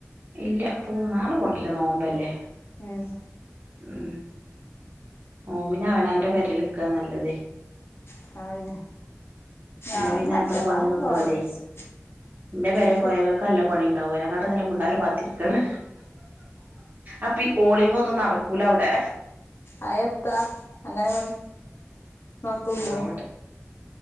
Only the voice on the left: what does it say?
ഉം
<unintelligible>
മറ്റന്നാളൊക്കെ
പോവാ വിചാരിച്ച്
ശ്ശെ
ആ എത്താ അങ്ങനെ മണി നിർത്തൂല്ലേ